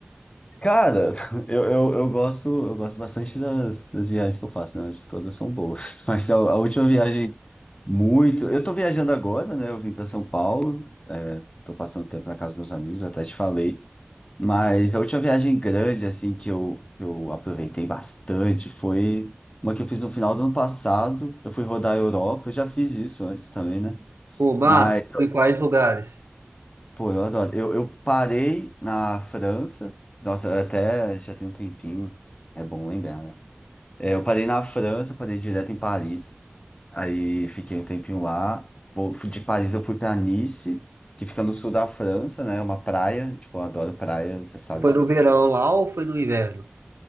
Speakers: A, on the left; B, on the right.
A: Cara, <laughs> eu, eu, eu gosto eu gosto bastante das, das viagens que eu faço, né? Acho que todas são boas. <laughs> Mas a, a última viagem, muito. Eu tô viajando agora, né? Eu vim para São Paulo, é, tô passando tempo na casa dos meus amigos, até te falei. Mas a última viagem grande, assim, que eu, que eu aproveitei bastante foi uma que eu fiz no final do ano passado. Eu fui rodar a Europa, eu já fiz isso antes também, né?
B: Pô, massa,
A: Mas
B: foi em quais lugares?
A: Pô, eu adoro. Eu, eu parei na França, nossa, até já tem um tempinho, é bom lembrar, né? É, eu parei na França, parei direto em Paris, aí fiquei um tempinho lá. Pô, fui- De Paris eu fui pra Nice, que fica no sul da França, né? É Uma praia, tipo, eu adoro praia, você sabe
B: Você foi
A: disso.
B: no verão lá ou foi no inverno?